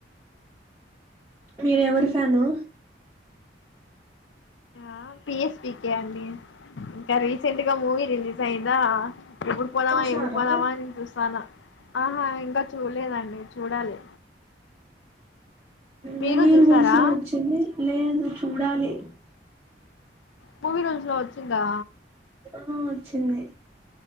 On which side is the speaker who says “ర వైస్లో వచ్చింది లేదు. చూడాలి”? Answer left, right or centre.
Right